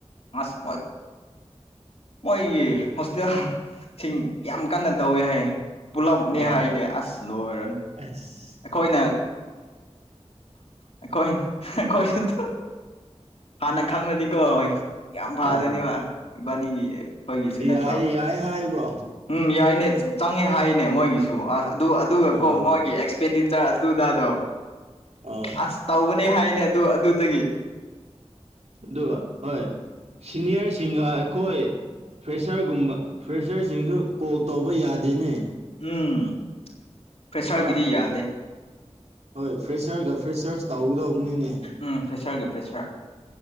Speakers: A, on the left; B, on the right.
A: ꯑꯁ ꯃꯣꯏ ꯃꯣꯏꯒꯤ ꯍꯣꯁꯇꯦꯜ ꯁꯤꯡ ꯌꯥꯝ ꯀꯟꯅ ꯇꯧꯋꯦ ꯍꯥꯏ ꯄꯨꯜꯂꯞꯅꯦ
B: ꯑꯥ
A: ꯍꯥꯏꯅꯦ ꯑꯁ ꯂꯣꯏꯔꯅꯤ
B: ꯑꯁ
A: ꯑꯩꯈꯣꯏꯅ ꯑꯩꯈꯣꯏ ꯑꯩꯈꯣꯏꯅ ꯇꯨ ꯍꯥꯟꯅ ꯈꯪꯔꯗꯤ ꯀꯣꯢ ꯌꯥꯝ ꯐꯥꯗꯣꯏꯅꯦꯕ
B: ꯑꯥ
A: ꯏꯕꯥꯅꯤꯒꯤ ꯑꯩꯈꯣꯏꯒꯤꯁꯨ ꯅꯠꯇ꯭ꯔꯣ
B: ꯌꯥꯏ ꯌꯥꯏ ꯍꯥꯏꯕ꯭ꯔꯣ
A: ꯎꯝ ꯌꯥꯏꯅꯦ ꯆꯪꯉꯦ ꯍꯥꯏꯅꯦ ꯃꯣꯏꯒꯤꯁꯨ ꯑꯁ ꯑꯗꯨ ꯑꯗꯨꯒ
B: ꯑꯣ
A: ꯀꯣ ꯃꯣꯏꯒꯤ ꯑꯦꯛꯁ ꯄꯦꯟꯗꯤꯆꯔ ꯑꯗꯨ ꯑꯗꯥꯗꯣ
B: ꯑꯣ
A: ꯑꯁ ꯇꯧꯕꯅꯦ ꯍꯥꯏꯅꯦ ꯑꯗꯨ ꯑꯗꯨꯗꯒꯤ
B: ꯑꯗꯨꯒ ꯍꯣꯏ ꯁꯤꯅꯤꯌꯔꯁꯤꯡꯒ ꯑꯩꯈꯣꯏ ꯐ꯭ꯔꯦꯁꯔꯒꯨꯝꯕ ꯐ꯭ꯔꯦꯁꯔꯁꯤꯡꯁꯨ ꯀꯣꯜ ꯇꯧꯕ ꯌꯥꯗꯦꯅꯦ
A: ꯎꯝ ꯐ꯭ꯔꯦꯁꯔꯒꯤꯗꯤ
B: ꯈꯔ
A: ꯌꯥꯗꯦ
B: ꯍꯣꯏ ꯐ꯭ꯔꯦꯁꯔꯒ ꯐ꯭ꯔꯦꯁꯔꯁ ꯇꯧꯒꯗꯧꯕꯅꯤꯅꯦ
A: ꯎꯝ ꯐ꯭ꯔꯦꯁꯔꯒꯦ ꯐ꯭ꯔꯦꯁꯔ